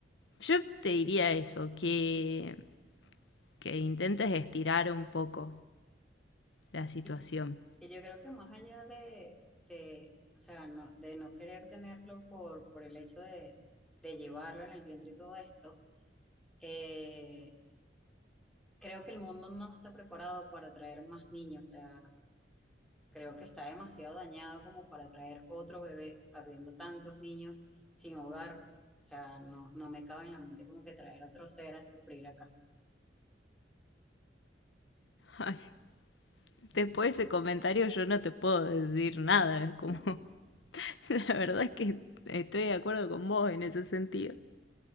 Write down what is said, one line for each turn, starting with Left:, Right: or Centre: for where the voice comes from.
Left: Yo te diría eso, que, que intentes estirar un poco la situación.
Centre: Y, Y yo creo que más allá de, de, o sea, no, de no querer tenerlo por, por el hecho de, de llevarlo en el vientre y todo esto, eh, creo que el mundo no está preparado para traer más niños. O sea, creo que está demasiado dañado como para traer otro bebé, habiendo tantos niños sin hogar. O sea, no, no me cabe en la mente como que traer otro ser a sufrir acá.
Left: Ay, después de ese comentario yo no te puedo decir nada, es como,
Centre: <laughs>
Left: <laughs> la verdad es que estoy de acuerdo con vos en ese sentido.